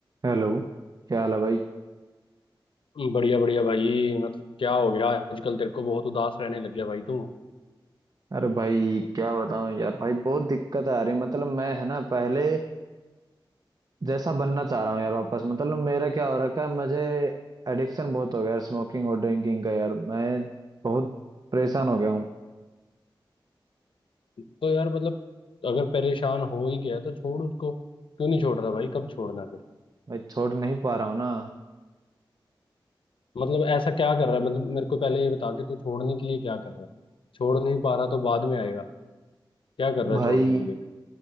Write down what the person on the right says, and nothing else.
Hello क्या हाल है भाई
अरे भाई क्या बताऊं यार भाई बहुत दिक्कत आ रही मतलब मैं है ना पहले जैसा बनना चाह रहा हूँ यार वापस मतलब मेरा क्या हो रखा है मुझे एडिक्शन बहुत हो गया यार स्मोकिंग और ड्रिंकिंग का यार मैं बहुत परेशान हो गया हूँ
भाई छोड़ नहीं पा रहा हूँ ना
भाई